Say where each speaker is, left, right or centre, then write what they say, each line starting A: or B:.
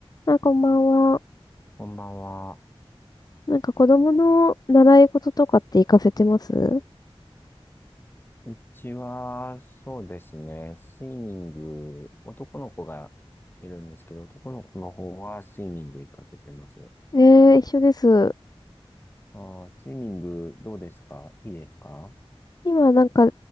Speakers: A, on the left (about 40°); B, on the left (about 20°).
A: あ、こんばんは。
B: こんばんは。
A: なんか子供の習い事とかって行かせてます
B: うちは、そうですね、スイミング、男の子がいるんですけど、男の子の方はスイミング行かせてます。
A: えー、一緒です。
B: あー、スイミングどうですかいいですか
A: 今なんか